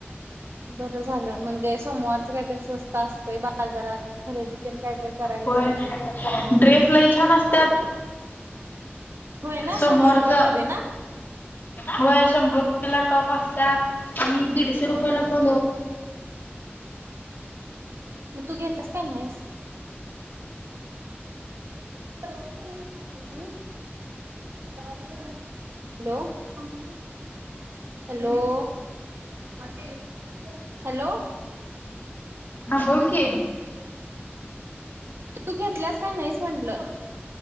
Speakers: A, on the right; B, on the left.
A: बरं झालं म्हणजे सोमवारच काहीतरी स्वस्त असतंय बाजारात खरेदी तेन काय तर करायची.
B: होय ड्रेस लई छान असत्यात.
A: होय ना
B: सोमवारच
A: शंभर रुपया मध्ये ना
B: होय शंभर रुपयाला टॉप असत्यात आणि दीडशे रुपयेला पण दोन
A: मग तू घेत्यास काय नाहीस परवा पण त्याला घेतला हॅलो हॅलो हॅलो हॅलो.
B: हा बोल की
A: तू घेतल्यास काय नाहीस म्हंटलं.